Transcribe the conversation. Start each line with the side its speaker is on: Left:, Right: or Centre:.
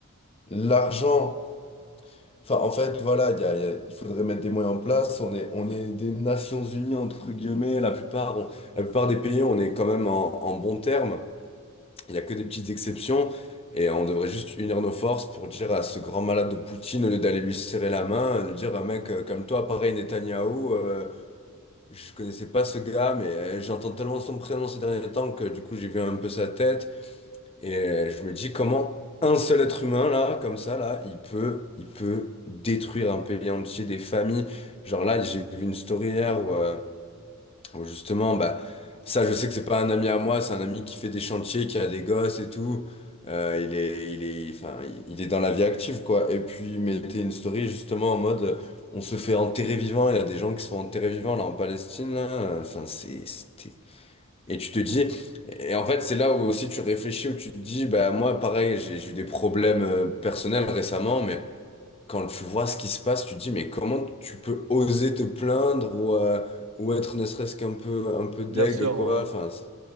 Left: l'argent... Enfin, en fait, voilà, il y a- il y a- il faudrait mettre des moyens en place. On est, on est des Nations Unies, entre guillemets. La plupart, on- la plupart des pays, on est quand même en, en bon terme. Il n'y a que des petites exceptions. Et on devrait juste unir nos forces pour dire à ce grand malade de Poutine, au lieu d'aller lui serrer la main, de dire, ah, mec, euh, comme toi, pareil, Netanyahou, euh, je connaissais pas ce gars, mais euh, j'entends tellement son prénom ces derniers temps que du coup, j'ai vu un peu sa tête. Et euh, je me dis, comment un seul être humain, là, comme ça, là, il peut, il peut détruire un pays entier, des familles. Genre là, j'ai vu une story hier où... euh, Bon, Justement, bah, ça, je sais que c'est pas un ami à moi, c'est un ami qui fait des chantiers, qui a des gosses et tout. Euh, il est, il est, enfin, il il est dans la vie active, quoi. Et puis, il mettait une story justement en mode, euh, on se fait enterrer vivant. Il y a des gens qui se font enterrer vivant là en Palestine, là. Euh, Enfin, c'est, c'était. Et tu te dis, et en fait, c'est là où aussi tu réfléchis, où tu te dis, bah moi, pareil, j'ai j'ai eu des problèmes euh, personnels récemment, mais quand tu vois ce qui se passe, tu te dis, mais comment tu peux oser te plaindre ou, euh, ou être ne serait-ce qu'un peu, un peu deg,
Right: Bien sûr,
Left: quoi.
Right: ouais.
Left: Enfin, c'est-